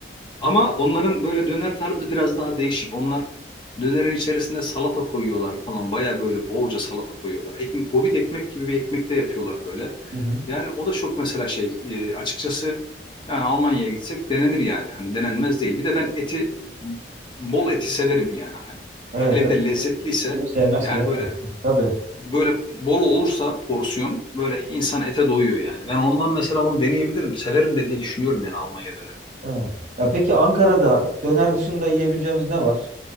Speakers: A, on the left; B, on the right.
A: Ama onların böyle döner tarzı biraz daha değişik. Onlar dönerin içerisinde salata koyuyorlar falan. Baya böyle bolca salata koyuyorlar. Ekmek, gobit ekmek gibi bir ekmek de yapıyorlar böyle.
B: Hı hı.
A: Yani o da çok mesela şey e, açıkçası yani Almanya'ya gitsek denenir yani. Hani denenmez değil. Bir de ben eti bol eti severim yani hani.
B: Evet,
A: Hele bir
B: evet.
A: de
B: Kim,
A: lezzetliyse
B: kim sevmez
A: yani
B: ki değil
A: böyle
B: mi? Tabii.
A: böyle bol olursa porsiyon böyle insan ete doyuyor yani. Ben ondan mesela onu deneyebilirim. Severim de diye düşünüyorum yani Almanya dönemini.
B: Evet. Ya peki Ankara'da döner dışında yiyebileceğimiz ne var?